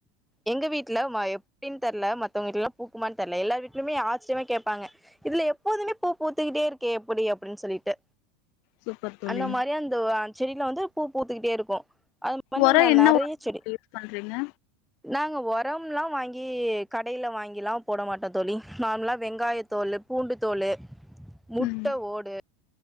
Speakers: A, in the centre; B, on the left.
A: எங்க வீட்டுல எப்டின்னு தரல மத்தவங்க வீட்டுல எல்லாம் பூக்குமனு தரல எல்லார் வீட்டுலயுமே ஆச்சரியமா கேட்பாங்க இதுல எப்போதுமே பூ பூத்துக்கிட்டே இருக்கே எப்படி அப்டின்னு சொல்லிட்டு
B: சூப்பர் தோழி
A: அந்த மாரி அந்த செடிலாம் வந்து பூ பூத்துக்கிட்டே இருக்கும் அது மண்ணி
B: ஒரோ
A: நான்
B: என்ன
A: நறைய
B: ஒரோ
A: செடி
B: யூஸ் பண்றீங்க
A: நாங்க உரம்லாம் வாங்கி கடையில் வாங்கிலாம் போட மாட்டோம் தோழி நார்மலாக வெங்காய தோல் பூண்டு தோல் முட்ட
B: ம்
A: ஓடு